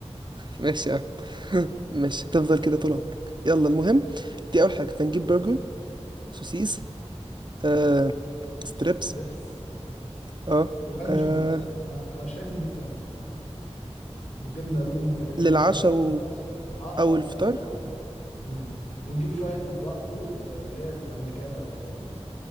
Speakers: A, on the right; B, on the left.
A: ماشي يا عم <laughs> ماشي هتفضل كده طول عمرك يلا المهم دي اول حاجة فنجيب برجر سوسيس آه، ستريبس
B: <laughs> ستريبس
A: اه
B: ولانشون
A: آه،
B: بقى انا أنا شايف نجيب لانشون وجبنه رومي والحاجات
A: للعشاء
B: دي عشان الفطار
A: و...
B: بقى الصبح اه
A: او الفطار
B: اه فطار وعشاء امم ونجيب شويه اطباق فول آه، اللي هي الامريكانه والحاجات دي